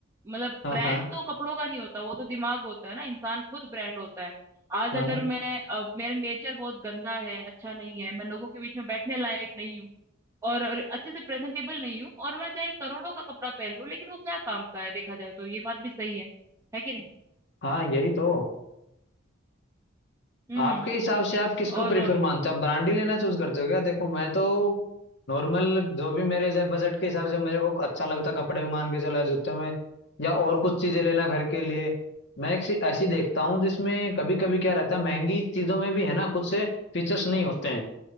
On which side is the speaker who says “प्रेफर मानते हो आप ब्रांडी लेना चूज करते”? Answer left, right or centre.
Left